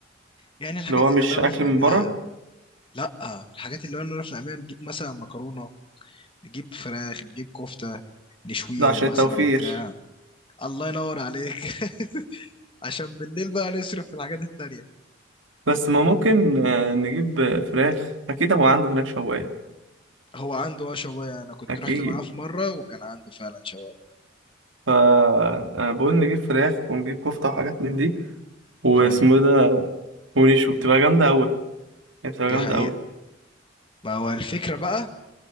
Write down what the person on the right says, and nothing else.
اللي هو مش
أكل
من بره
ده عشان
التوفير
بس ما ممكن آه، نجيب آه، فراخ أكيد هو عنده هناك شواية
أكيد
فأنا بقول نجيب فراخ ونجيب كفتة وحاجات من دي واسمه
إيه ده ونشوي بتبقى جامدة أوي هي بتبقى
جامدة
أوي